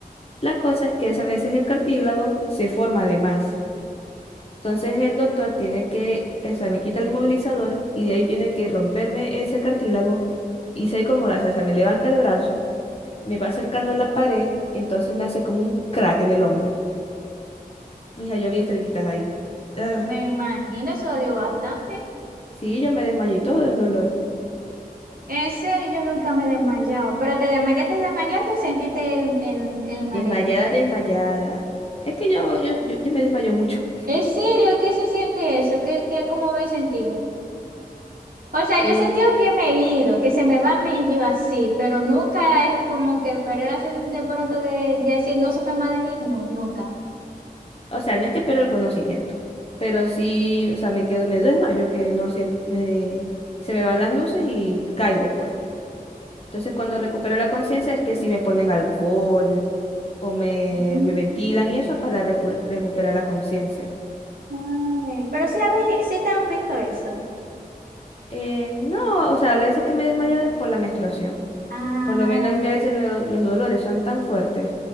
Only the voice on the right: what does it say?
Me imagino, eso dolió bastante.
En serio, yo nunca me he desmayado. Pero te desmayaste, desmayaste o sentiste el, el, el mareo.
En serio, ¿qué se siente eso? ¿Qué, qué, cómo habéis sentido? O sea,
yo he sentido que me he ido, que se me va medio así, pero nunca es como que perder así de pronto de, de decir no supe más de mí. No, nunca.
Mm,
ay, Pero sí, habe- sí te han visto eso.
Ah,